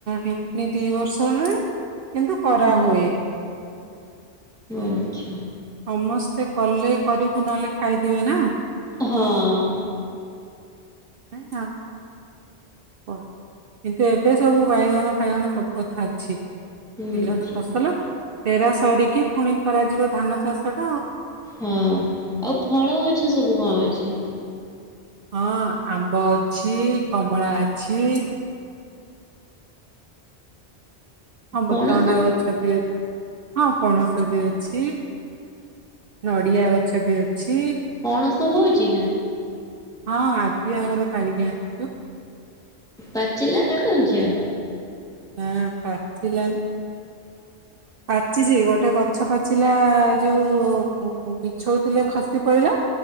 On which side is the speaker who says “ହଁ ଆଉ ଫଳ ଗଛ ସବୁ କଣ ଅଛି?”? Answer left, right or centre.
Centre